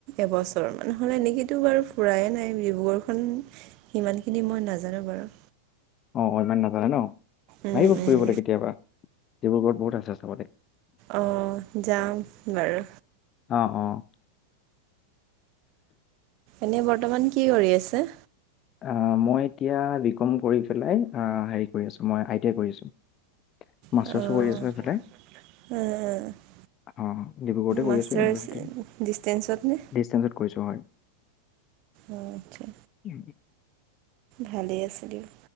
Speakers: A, on the right; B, on the left.
A: এবছৰ মানে হ'লে এনেকেতো বাৰু ফুৰায়ে নাই ডিব্ৰুগড়খন। সিমানখিনি মই নাজানো বাৰু।
B: অঁ অকনমান নাজানে ন
A: উম
B: আহিব ফুৰিবলৈ
A: উম
B: কেতিয়াবা ডিব্ৰুগড়ত বহুত আছে চাবলে।
A: অঁ' যাম বাৰু।
B: অঁ'অঁ'
A: এনে বৰ্তমান কি কৰি আছে?
B: অ মই এতিয়া বি কম কৰি পেলাই হেৰি কৰি আছো মই আই টি আই কৰি আছোঁ। মাষ্টাৰছো
A: মাষ্টাৰ্ছ আছে
B: কৰি আছো ইফালে।
A: মানে।
B: অ ডিব্ৰুগড়তে কৰি
A: মাষ্টাৰ্ছ
B: আছোঁ ইউনিভাৰ্চিটিত
A: ডিষ্টেঞ্চত নে
B: ডিচষ্টেঞ্চত কৰিছোঁ হয়।
A: অঁ' আচ্ছা।
B: <unintelligible>
A: ভালেই আছে দিয়ক।